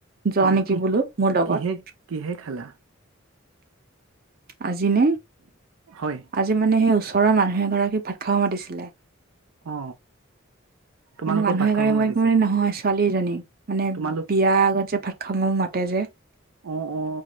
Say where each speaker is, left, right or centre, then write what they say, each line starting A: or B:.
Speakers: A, on the right; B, on the right.
A: যোৱা
B: অ
A: নেকি
B: কি
A: বোলো মোৰ লগত
B: কিহে কিহে খালা?
A: আজিনে?
B: হয়
A: আজি মানে সেই ওচৰৰ মানুহ এগৰাকী ভাত খাব মাতিছিলে
B: অ তোমালোকক
A: মানে মানুহ
B: ভাত
A: এগৰাকী
B: খাব মাতিছিলে
A: বুলি নহয় ছোৱালী এজনী মানে
B: তোমালোক
A: বিয়া আগত যে ভাত খাব মাতে যে
B: অ অ,